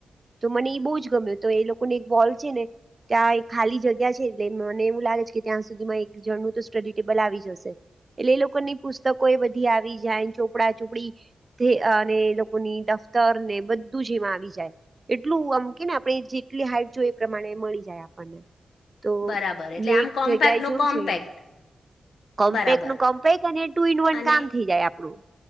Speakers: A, on the right; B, on the left.
A: તો મને એ બહુ જ ગમ્યું તો એ લોકો ને એક બોલ છે ને ત્યાં ખાલી જગ્યા છે એટલે મને એવું લાગે છે કે ત્યાં સુધીમાં એક જણનું તો સ્ટડી ટેબલ આવી જશે એટલે એ લોકોની પુસ્તકો એ બધી આવી જાય ચોપડા ચોપડી અને એ લોકોની તર ને બધું જ એમાં આવી જાય એટલું આમ કે ને આપણે જેટલી હાઈટ જોઈ એ પ્રમાણે મળી જાય આપ બને તો
B: બરાબર એટલે
A: મેં
B: આમ
A: એક
B: કોમ્પેક્ટનું
A: જગ્યાએ જોયું
B: કોમ્પેક્ટ
A: છે અહં કોમ્પેક
B: બરાબર
A: નું કોમ્પેક અને ટુ ઇન વન
B: અને
A: કામ થઈ જાય આપડું